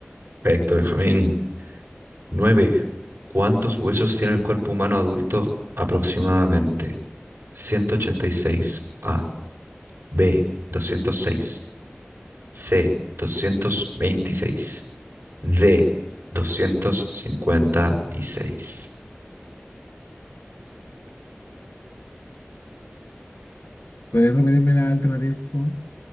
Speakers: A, on the right; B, on the left.
A: Perfecto, Benjamín. 9. ¿Cuántos huesos tiene el cuerpo humano adulto aproximadamente? 186. A. B. Doscientos seis. C. Doscientos veintiséis. D. Doscientos cincuenta y seis.
B: ¿Puedes repetirme la alternativa, por favor?